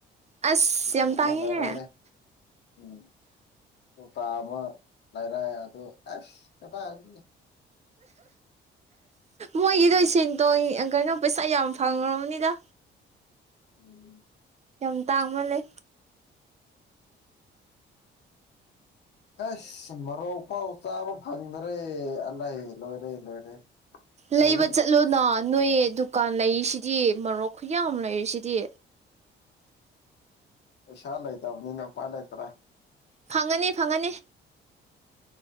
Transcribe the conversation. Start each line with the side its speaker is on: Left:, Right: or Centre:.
Right: ꯑꯁ
Left: ꯀꯤꯖꯤ
Right: ꯌꯥꯝ
Left: ꯑꯃ
Right: ꯇꯥꯡꯉꯦꯍꯦ
Left: ꯂꯩꯔ ꯎꯝ ꯀꯧꯇꯥ ꯑꯃ ꯂꯩꯥꯏꯔꯥꯏ ꯑꯗꯣ ꯑꯁ ꯀꯗꯥꯒꯤ
Right: ꯃꯣꯏꯒꯤꯗꯣ ꯁꯦꯟꯇꯣꯡ ꯀꯩꯅꯣ ꯄꯩꯁꯥ ꯌꯥꯝ ꯐꯪ꯭ꯔꯕꯅꯤꯗ
Left: ꯎꯝ
Right: ꯌꯥꯝ ꯇꯥꯡꯃꯜꯂ
Left: ꯑꯁ ꯃꯔꯣꯛ ꯐꯥꯎ ꯆꯥꯕ ꯐꯪꯗꯔꯦ ꯑꯂ ꯂꯣꯏꯔꯦ ꯂꯣꯏꯔꯦ ꯑꯩꯈꯣꯏꯗꯤ
Right: ꯂꯩꯕ ꯆꯠꯂꯨꯅ ꯅꯣꯏ ꯗꯨꯀꯥꯟ ꯂꯩꯔꯤꯁꯤꯗꯤ ꯃꯔꯣꯛ ꯈꯨꯌꯥꯝ ꯂꯩꯔꯤꯁꯤꯗꯤ
Left: ꯄꯩꯁꯥ ꯂꯩꯇꯕꯅꯤꯅ ꯎꯄꯥꯏ ꯂꯩꯇ꯭ꯔꯦ
Right: ꯐꯪꯒꯅꯤ ꯐꯪꯒꯅꯤ